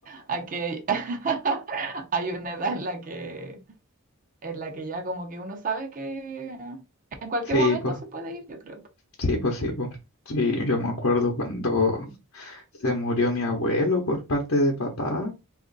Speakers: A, on the right; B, on the left.
A: a que <laughs> hay una edad en la que, en la que ya como que uno sabe que en cualquier
B: Sí,
A: momento
B: pues,
A: se puede ir, yo creo.
B: sí, pues, sí, pues. Sí, yo me acuerdo cuando se murió mi abuelo por parte de papá.